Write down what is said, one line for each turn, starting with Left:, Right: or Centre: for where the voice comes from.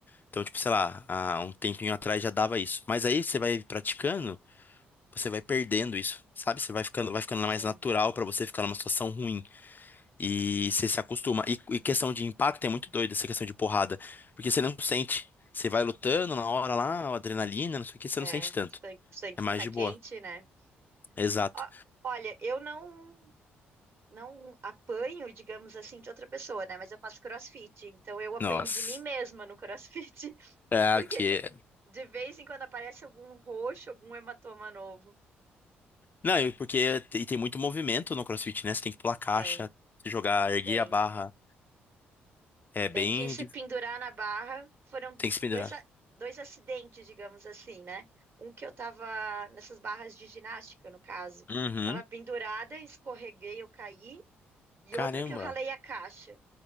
Left: Então, tipo, sei lá, há um tempinho atrás já dava isso. Mas aí você vai praticando, você vai perdendo isso, sabe? Você vai ficando, vai ficando
Right: sim,
Left: mais natural pra você ficar numa situação ruim e você se acostuma. E, e questão de impacto é muito doido essa questão de porrada, porque você não sente. Você vai lutando na hora lá, adrenalina, não sei o que, você
Right: é.
Left: não sente tanto.
Right: Sangue, sangue
Left: É mais
Right: que tá
Left: de
Right: quente,
Left: boa.
Right: né?
Left: Exato.
Right: Ó, olha, eu não. não apanho, digamos assim, de outra pessoa, né? Mas eu faço CrossFit, então eu apanho
Left: Nossa.
Right: de mim mesma no CrossFit, <laughs>
Left: É,
Right: porque
Left: que...
Right: de, de vez em quando aparece algum roxo, algum hematoma novo.
Left: Não, e porque te- e tem muito movimento no CrossFit, né? Você tem que pular caixa,
Right: Tem,
Left: jogar, erguer
Right: tem.
Left: a barra. É
Right: Tem
Left: bem.
Right: que se
Left: dif-
Right: pendurar na barra. Foram
Left: Tem que se pendurar.
Right: dois, a- dois acidentes, digamos assim, né? Um que eu tava nessas barras de ginástica, no caso.
Left: Uhum.
Right: Tava pendurada, escorreguei, eu caí. E
Left: Caramba.
Right: outra que eu ralei a caixa.